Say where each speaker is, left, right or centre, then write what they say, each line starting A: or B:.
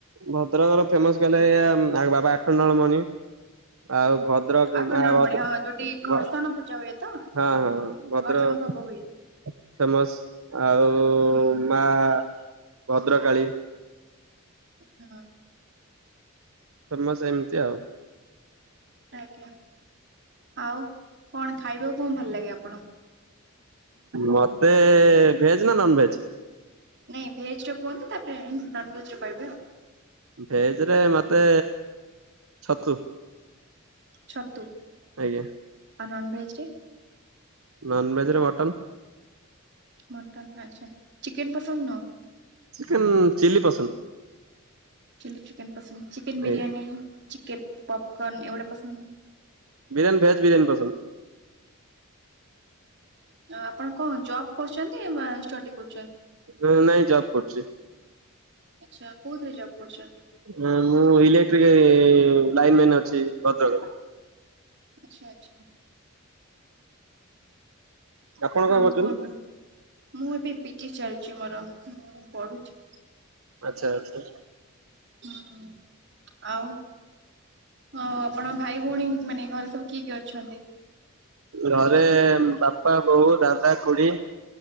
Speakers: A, on the right; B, on the right.
A: ଭଦ୍ରକ ର ଫେମସ ଗଲେ ଏଇଆ ଉଁ ଆ ବାବା ଆଖଣ୍ଡଳମଣି। ଆଉ ଭଦ୍ରକ
B: ଆଖଣ୍ଡଳମଣି
A: ଆ ଭଦ୍ର
B: ହଁ ଯୋଉଠି ଘର୍ଷଣ
A: ଭ
B: ପୂଜା ହୁଏ ତ
A: ହଁ ହଁ ଭଦ୍ରକ
B: ଘର୍ଷଣ ଭୋଗ ହୁଏ
A: ଫେମସ ଆଉ
B: ହୁଁ
A: ମା ଭଦ୍ରକାଳୀ।
B: ହଁ।
A: ଫେମସ ଏମିତି ଆଉ।
B: ଆଜ୍ଞା ଆଉ କଣ ଖାଇବାକୁ କଣ ଭଲ ଲାଗେ ଆପଣଙ୍କୁ?
A: ମତେ ଭେଜ ନା ନନଭେଜ।
B: ନାଇଁ ଭେଜର କୁହନ୍ତୁ ତାପରେ ନନଭେଜ ର କହିବେ ଆଉ।
A: ଭେଜ ରେ ମତେ ଛତୁ।
B: ଛତୁ
A: ଆଜ୍ଞା
B: ଆଉ ନନଭେଜରେ।
A: ନନଭେଜ ରେ ମଟନ୍।
B: ମଟନ୍ ଆଚ୍ଛା ଚିକେନ ପସନ୍ଦ ନୁହଁ।
A: ଚିକେନ ଚିଲ୍ଲି ପସନ୍ଦ।
B: ଚିଲ୍ଲି ଚିକେନ ପସନ୍ଦ ଚିକେନ
A: ଆଜ୍ଞା
B: ବିିରିୟାନ ଚିକେନ ପପକନ୍ ଏଇଗୁଡ଼ା ପସନ୍ଦ <unintelligible>
A: ବିରିୟାନ ଭେଜ୍ ବିରିୟାନ ପସନ୍ଦ।
B: ଆପଣ କଁ ଜବ୍ କରୁଛନ୍ତି ବା ଷ୍ଟଡି କରୁଚନ୍ତି।
A: ଉଁ ନାଇଁ ଜବ କରୁଚି।
B: ଆଚ୍ଛା କୋଉଥିରେ ଜବ କରୁଛନ୍ତି।
A: ଉଁ ମୁଁ ଇଲେକ୍ଟ୍ରିକ ଲାଇନ ମ୍ୟାନ୍ ଅଛି ଭଦ୍ରକରେ।
B: ଆଚ୍ଛା ଆଚ୍ଛା।
A: ଆପଣ କଣ
B: ଆଉ
A: କରୁଛନ୍ତି?
B: କୁହନ୍ତୁ ମୁଁ ଏବେ ପିଜି ଚାଲିଚି ମୋର ମୁଁ ପଢୁଛି।
A: ଆଚ୍ଛା ଆଚ୍ଛା।
B: ହୁଁ ଆଉ। ଅ ଆପଣଙ୍କ ଭାଇ ଭୋଉଣୀ ମାନେ ଘରେ ସବୁ କିଏ କିଏ ଅଛନ୍ତି।
A: ଘରେ ବାପା ବୋଉ ଦାଦା ଖୁଡ଼ି।